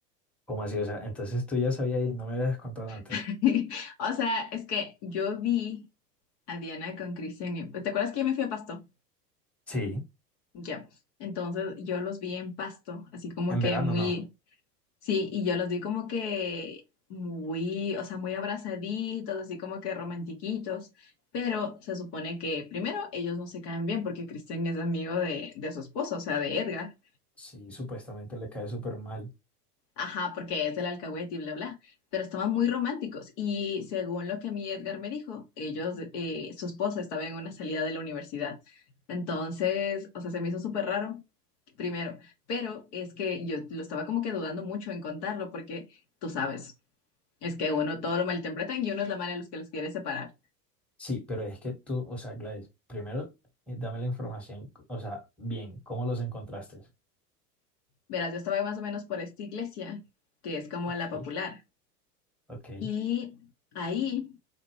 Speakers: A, in the centre; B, on the left.
A: ¿Cómo así? O sea, entonces tú ya sabías y no me habías contado antes.
B: <laughs> O sea, es que yo vi a Diana con Cristian, en- ¿te acuerdas que yo me fui a Pasto?
A: Sí,
B: Ya, Entonces yo los vi en Pasto, así como
A: en
B: que
A: verano
B: muy...
A: no.
B: Sí, y yo los vi como que muy, o sea, muy abrazaditos, así como que romantiquitos, pero se supone que primero ellos no se caen bien porque Cristian es amigo de, de su esposo, o sea, de Edgar.
A: Sí, supuestamente le cae súper mal.
B: Ajá, porque es del alcahuete y bla, bla, pero estaban muy románticos y según lo que a mí Edgar me dijo, ellos, eh, su esposa estaba en una salida de la universidad. Entonces, o sea, se me hizo súper raro, primero, pero es que yo lo estaba como que dudando mucho en contarlo porque tú sabes. Es que uno todo lo malinterpretan y uno es la mala a los que los quiere separar.
A: Sí, pero es que tú, o sea, Gladys, primero eh, dame la información, o sea, bien, ¿cómo los encontraste?
B: Verás, yo estaba más o menos por esta iglesia, que es como
A: Ok,
B: la popular.
A: ok.
B: Y ahí